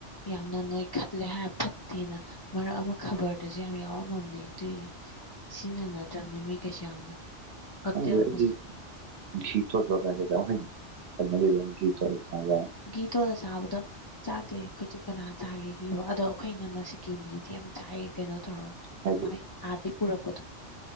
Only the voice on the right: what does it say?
ꯈꯪꯗꯦ ꯑꯩꯗꯤ ꯒꯤ ꯇꯣꯠꯄ ꯀꯥꯏꯁꯦ ꯆꯥꯕ ꯍꯩꯅꯗꯦꯗ ꯒꯤ ꯇꯣꯠꯂ ꯆꯥꯕ
ꯍꯥꯏꯗꯤ